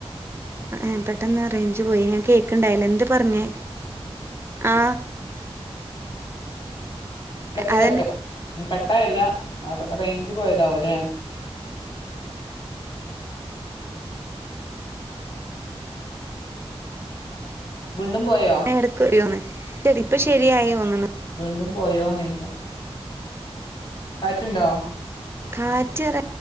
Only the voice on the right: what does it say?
ൻ പെട്ടെന്ന് റേഞ്ച് പോയി ഞാൻ കേക്കണ്ടായില്ല എന്ത് പറഞ്ഞേ ആ
അതന്നെ
എടക്കറിയോന്ന് ചെടി ഇപ്പ ശരിയായിോന്ന്
കാറ്റ്റയാൻ